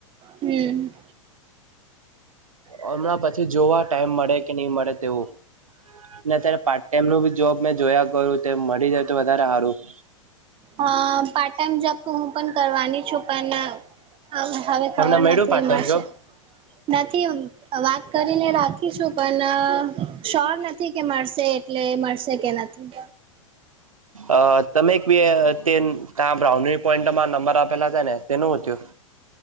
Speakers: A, on the right; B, on the right.
A: હમ
B: હમણાં પછી જોવા ટાઈમ મળે કે નહી મળે તેવું- અત્યારે પાર્ટ ટાઈમ નું ભી જોબ મેં જોયા કરું તો મળી જાય તો વધારે સારું-
A: હ પાર્ટ ટાઈમ જોબ તો હું પણ કરવાની છું પણ હવે ખબર
B: તમને મળ્યું
A: નથી
B: પાર્ટ
A: એ મળશે.
B: ટાઈમ જોબ
A: નથી વાત કરીને રાખીશું પણ શ્યોર નથી કે મળશે. એટલે એ મળશે કે નથી.
B: અ તમે ત બ્રાઉ પોઈન્ટમાં નંબર આપેલા છે ને તેનું હતયું.